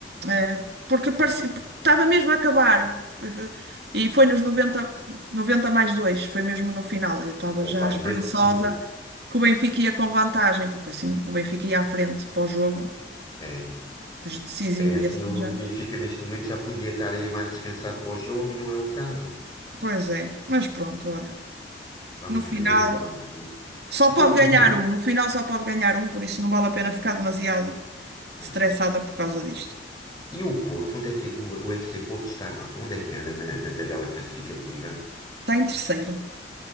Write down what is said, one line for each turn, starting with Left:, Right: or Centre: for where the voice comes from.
Right: eh, porque parecia- porque estava mesmo a acabar. E foi nos 90 90 mais 2 foi mesmo no final. Eu estava
Left: É,
Right: já
Left: pá,
Right: esperançosa
Left: ainda por cima.
Right: que o Benfica ia com vantagem, porque assim o Benfica ia à frente para o jogo
Left: É.
Right: decisivo
Left: É assim,
Right: e assim
Left: o
Right: já.
Left: Benfica neste momento já podia estar aí mais descansado para o jogo e não é o caso.
Right: Pois é, mas pronto, olha.
Left: Vamos
Right: No final,
Left: ver, vamos ver.
Right: só
Left: Então,
Right: pode
Left: e
Right: ganhar
Left: o,
Right: um. No final, só pode ganhar um, por isso não vale a pena ficar demasiado
Left: né?
Right: estressada por causa disto.
Left: e o Porto? Onde é que o, o FC Porto está? Onde é que anda na, na tabela classificativa?
Right: Está em terceiro,